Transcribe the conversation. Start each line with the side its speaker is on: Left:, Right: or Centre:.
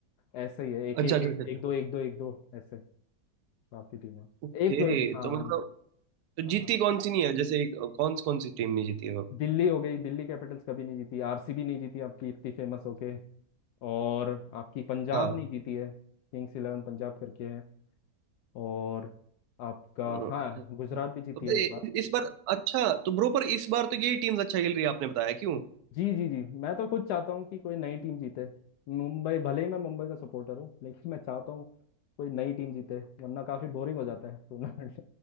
Left: ऐसे ही है एक
Right: अच्छा
Left: एक
Right: अच्छा
Left: एक,
Right: अच्छा अच्छा।
Left: एक दो एक दो एक दो ऐसे काफी टीमें
Right: ओके
Left: एक हाँ
Right: तो मतलब तो जीती
Left: हाँ
Right: कौन सी नहीं है जैसे एक- कौन कौन सी टीम नहीं जीती है वो
Left: दिल्ली हो गई दिल्ली कैपिटल्स कभी नहीं जीती आरसीबी नहीं जीती आपकी इतनी फेमस होके और आपकी पंजाब
Right: हाँ।
Left: नहीं जीती है किंग्स इलेवन पंजाब करके है और आपका
Right: हम्म,
Left: हाँ गुजरात भी जीती
Right: तो
Left: है एक
Right: ए-
Left: बार
Right: इस बार अच्छा तो ब्रो पर इस बार तो यही टीम्स अच्छा खेल रही है आपने बताया क्यों
Left: जी जी जी मैं तो खुद चाहता हूँ कि कोई नई टीम जीते मुंबई भले ही मैं मुंबई का सपोर्टर हूँ लेकिन मैं चाहता हूँ कोई नई टीम जीते वरना काफी बोरिंग हो जाता है टूर्नामेंट